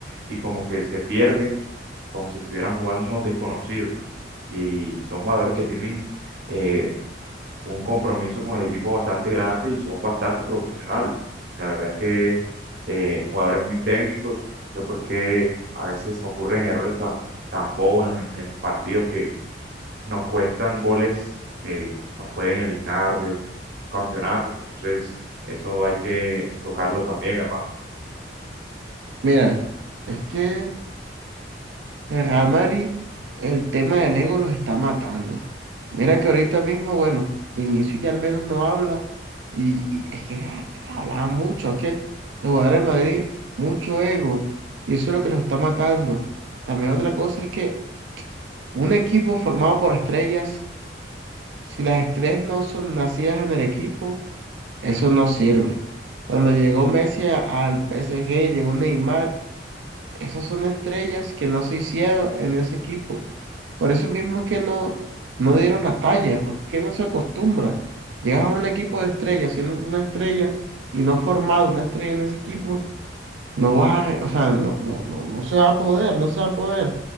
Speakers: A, on the right; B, on the right.
A: y como que se pierden, como si estuvieran jugando unos desconocidos. Y son jugadores que tienen eh, un compromiso con el equipo bastante grande y son bastante profesionales. La verdad es que eh, jugadores muy técnicos, no sé por qué a veces ocurren errores tan, tan bobos en, en los partidos nos cuestan goles que nos pueden eliminar de un campeonato. Entonces, eso hay que tocarlo también, hermano.
B: Mira, es que el Real Madrid, el tema del ego los está matando. Mira que ahorita mismo, bueno, Vinicius ya al menos no habla y, y es que ah, hablaba mucho, es que los jugadores de Madrid, mucho ego y eso es lo que los está matando. También otra cosa es que un equipo formado por estrellas Si las estrellas no son nacidas en el equipo, eso no sirve. Cuando llegó Messi a- al PSG, llegó Neymar, esas son estrellas que no se hicieron en ese equipo. Por eso mismo es que no, no dieron la talla, porque es que no se acostumbra. Llegas a un equipo de estrellas, siendo tú una estrella y no formado una estrella en ese equipo, no vas a, o sea, no, no, no, no se va a poder, no se va a poder.